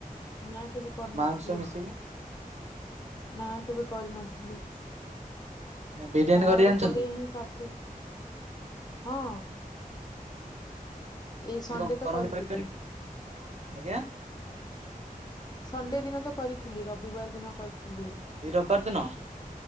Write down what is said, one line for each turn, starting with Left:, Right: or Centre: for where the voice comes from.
Left: ନା କେବେ କରୁନଥିଲି।
Right: ମାଙ୍କ ସହ ମିଶିକି
Left: ନା କେବେ କରିନଥିଲି।
Right: ବିରିୟାନୀ
Left: ବାହାଘର
Right: କରି ଜାଣିଛନ୍ତି?
Left: ପରେ ହିଁ ଶାଶୁ ହଁ। ଏଇ ସଣ୍ଡେ
Right: କଣ
Left: ତ
Right: କରନ୍ତି
Left: କରିଥିଲି।
Right: କହିପାରିବେ ଆଜ୍ଞା
Left: ସଣ୍ଡେ ଦିନ ତ କରିଥିଲି ରବିବାର ଦିନ କରିଥିଲି।
Right: ଏଇ ରବିବାର ଦିନ?